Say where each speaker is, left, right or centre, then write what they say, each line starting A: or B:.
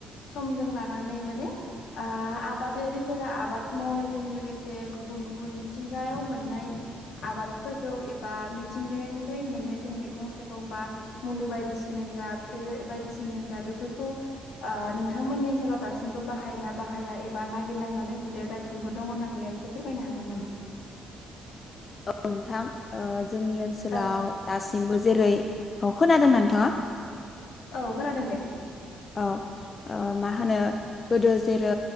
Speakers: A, on the left; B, on the left.
A: समजों लानानै माने ओ आबादारिफोरा आबाद मावनायजों लोगोसे जे गुबुन गुबुन मिथिंगायाव मोननाय आबादफोरखौ एबा मिथिंगानिफ्राय मोन मोन्नाय मैगं थाइगं बा मुलि बायदिसिनायानो जा फिथाइ बायदिसिना मानो जा जों बेफोरखौ ओ नोंथांमोननि ओनसोलाव दासिमबो बाहायना बाहाया एबा नागिरना जानाय हुदाया दासिमबो दङना गैया? एसे फोरमायनो हागोन नामा?
B: औ नोंथां ओ जोंनि ओनसोलाव
A: औ
B: दासिमबो जेरै खोनादोंना नोंथाङा?
A: औ खोनादों दे
B: औ औ माहोनो गोदो जेरै